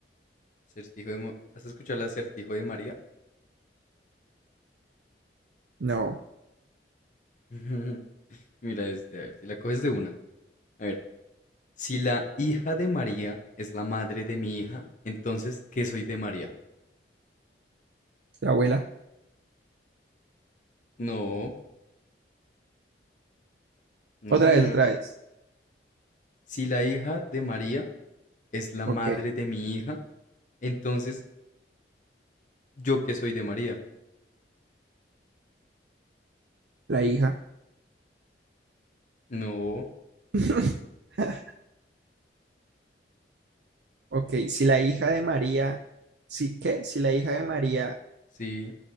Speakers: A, on the left; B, on the right.
A: acertijo de... Ma- ¿Has escuchado el acertijo de María?
B: No,
A: <laughs> Mira este, a ver, si la coges de una. A ver, si la hija de María es la madre de mi hija, entonces, ¿qué soy de María?
B: la abuela.
A: No, no,
B: Otra
A: señor.
B: vez, otra vez.
A: Si la hija de María es la madre
B: Ok,
A: de mi hija, entonces, ¿yo qué soy de María?
B: la hija.
A: No,
B: <laughs> Ok, si la hija de María, sí, ¿qué? Si la hija de María,
A: sí,